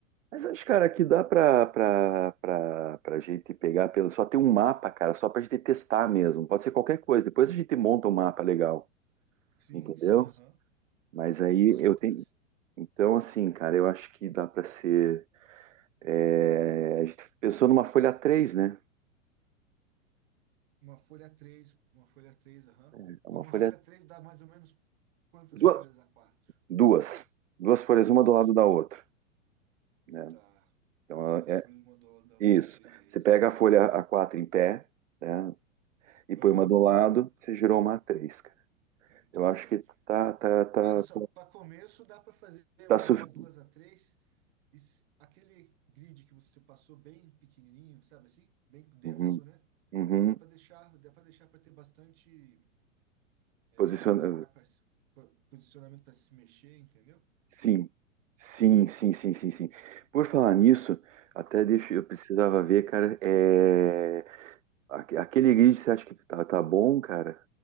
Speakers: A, on the right (about 75°); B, on the right (about 50°).
A: Mas eu acho, cara, que dá pra, pra, pra, pra gente pegar pelo. Só ter um mapa, cara, só pra gente testar mesmo. Pode ser qualquer coisa. Depois a gente monta um mapa legal,
B: Sim,
A: entendeu?
B: sim, aham.
A: Mas aí
B: Com certeza.
A: eu tenho. Então, assim, cara, eu acho que dá pra ser. é, A gente pensou numa folha três, né?
B: Uma folha três uma folha três aham.
A: É Uma
B: Uma
A: folha.
B: folha 3 dá mais ou menos quantas
A: Duas.
B: folhas a quatro
A: Duas, duas folhas,
B: Duas,
A: uma do lado da outra, né?
B: tá.
A: Então,
B: Duas
A: é,
B: folhas uma do lado da
A: Isso.
B: outra. Beleza.
A: Você pega a folha a quatro em pé, né, e
B: Aham,
A: põe uma do lado, você girou uma A3. cara.
B: entendi.
A: Eu acho que tá, tá, tá,
B: Cara, só
A: tá,
B: para começo dá para fazer
A: tá
B: uma
A: sufi-
B: duas a três e s- aquele grid que você passou bem pequenininho, sabe assim? Bem denso,
A: Uhum,
B: né?
A: uhum.
B: Dá para deixar, dá para deixar para ter bastante eh,
A: Posiciona...
B: lugar para posicionamento para se mexer, entendeu?
A: Sim, sim, sim, sim, sim, sim. Por falar nisso, até deixa... eu precisava ver, cara, é... aque- aquele grid você acha que tá, tá bom, cara?